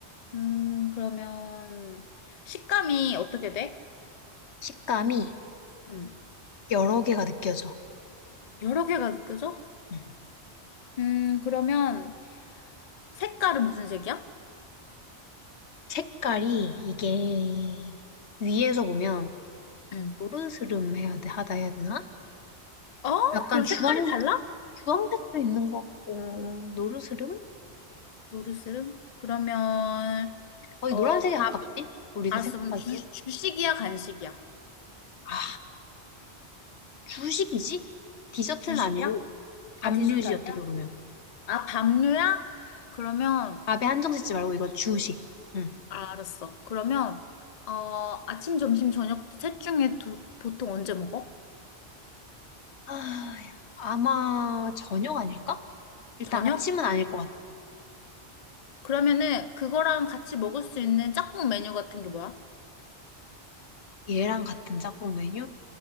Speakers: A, on the left; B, on the left.
A: 음, 그러면, 식감이 어떻게 돼?
B: 식감이
A: 음,
B: 여러 개가 느껴져.
A: 여러 개가 느껴져?
B: 음.
A: 음, 그러면, 색깔은 무슨 색이야?
B: 색깔이 이게 위에서 보면
A: 음.
B: 노르스름해야 돼, 하다 해야 되나?
A: 어?
B: 약간
A: 그럼
B: 주황,
A: 색깔이 달라?
B: 주황색도 있는 것 같고, 노르스름?
A: 노르스름? 그러면,
B: 거의
A: 어,
B: 노란색에
A: 밥,
B: 가깝지? 우리가
A: 알았어.
B: 생각하기엔.
A: 그럼 주, 주식이야, 간식이야?
B: 아, 주식이지? 디저트는
A: 주식이야?
B: 아니고, 밥류지,
A: 아, 디저트 아니야?
B: 어떻게 보면.
A: 아, 밥류야? 그러면,
B: 밥에 한정 짓지 말고 이거 주식. 응.
A: 알았어. 그러면 어, 아침, 점심, 저녁 셋 중에 두, 보통 언제 먹어?
B: 아, 야. 아마 저녁 아닐까? 일단
A: 저녁?
B: 아침은 아닐 것 같아.
A: 그러면은 그거랑 같이 먹을 수 있는 짝꿍 메뉴 같은 게 뭐야?
B: 얘랑 같은 짝꿍 메뉴?